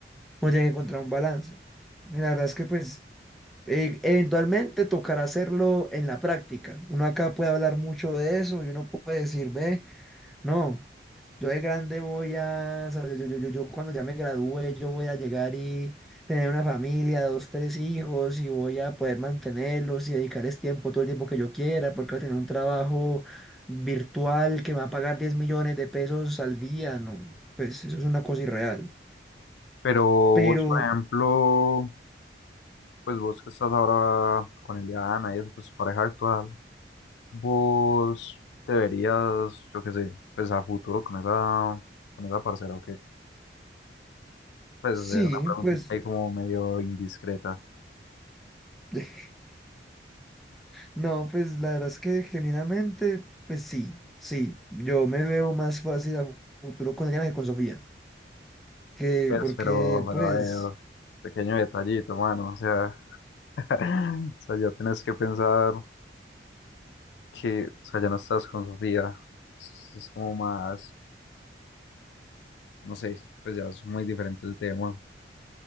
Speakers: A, in the centre; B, on the left (about 80°).
A: uno tiene que encontrar un balance. La verdad es que pues eh, eventualmente tocará hacerlo en la práctica. Uno acá puede hablar mucho de eso y uno puede decir, ve, no. Yo de grande voy a, o sea, yo, yo, yo, yo cuando ya me gradúe, yo voy a llegar y tener una familia, dos, tres hijos, y voy a poder mantenerlos y dedicarles tiempo, todo el tiempo que yo quiera, porque voy a tener un trabajo virtual que me va a pagar 10 millones de pesos al día, no, pues eso es una cosa irreal.
B: Pero
A: Pero
B: vos, por ejemplo, pues vos que estás ahora con Eliana y eso, pues tu pareja actual, vos te verías, yo qué sé, pues a futuro con esa, con esa parcera, ¿o qué? Pues
A: sí,
B: es una preguntita
A: pues,
B: ahí como medio indiscreta,
A: <laughs> no, pues la verdad es que genuinamente, pues sí, sí, yo me veo más fácil a futuro con ella que con Sofía, que
B: pues,
A: porque
B: pero, pero
A: pues...
B: a ver, pequeño detallito, mano, o sea, <laughs> o sea, ya tienes que pensar que, o sea, ya no estás con Sofía, es es como más, no sé, pues ya es muy diferente el tema.